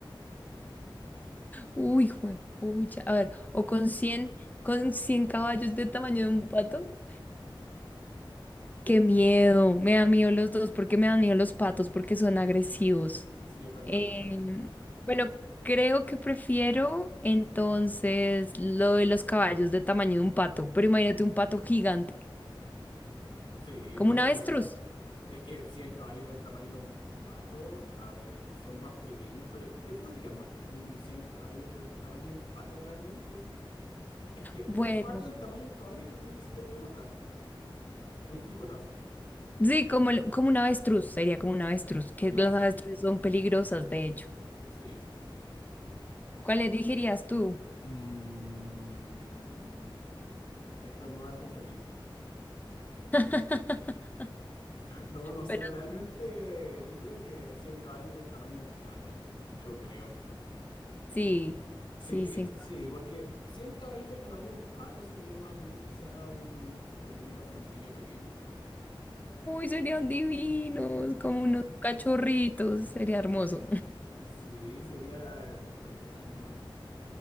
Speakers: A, on the left (about 20°); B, on the left (about 65°).
A: Uy, juepucha. A ver, o con cien, con cien caballos de tamaño de un pato. Qué miedo. Me da miedo los dos. ¿Por qué me dan miedo los patos? Porque son agresivos.
B: Sí, es verdad.
A: Eh, bueno, creo que prefiero entonces lo de los caballos de tamaño de un pato, pero imagínate un pato gigante,
B: Sí,
A: como
B: no,
A: un avestruz.
B: o sea, es que 100 caballos del tamaño de un pato, a ver, son más pequeños, pero ¿te podrían matar un 100 caballos del tamaño de un pato realmente? Es que
A: Bueno,
B: un pato del tamaño de un caballo yo creo que sí te puede matar. De un picotazo.
A: sí, como, el- como un avestruz, sería como un avestruz, que
B: Claro,
A: las avestruces son peligrosas, de hecho.
B: sí.
A: ¿Cuál elegirías tú?
B: Mm, estornudar confeti.
A: <laughs>
B: No, no sé,
A: Pero
B: realmente yo creo que 100 caballos del tamaño de un pato. Yo creo.
A: sí,
B: Sí,
A: sí, sí. en-
B: sí, porque 100 caballos del tamaño de un pato serían más bien quizá un, como un ratoncillo pequeño.
A: serían divinos! Como unos cachorritos, sería hermoso.
B: Sí, sería extraño en verdad.